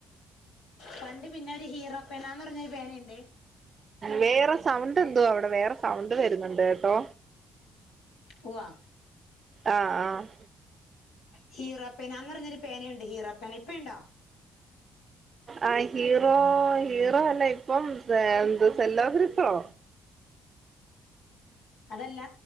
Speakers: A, on the left; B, on the right.
A: പണ്ട് പിന്നെ ഒരു ഹീറോ പേനാന്ന് പറഞ്ഞൊരു പേനയുണ്ട്
B: വേറെ സൗണ്ട് എന്തുവാ അവിടെ വേറെ സൗണ്ട് വരുന്നുണ്ട് കേട്ടോ
A: ഉവ്വാ
B: ആഹ് ആഹ്
A: ഹീറോ പേനാന്ന് പറഞ്ഞൊരു പേനയുണ്ട് ഹീറോ പേന ഇപ്പയ്ണ്ടോ
B: ആഹ് ഹീറോ ഹീറോ അല്ല ഇപ്പം എന്ത് സെല്ലോ <unintelligible>
A: അതല്ല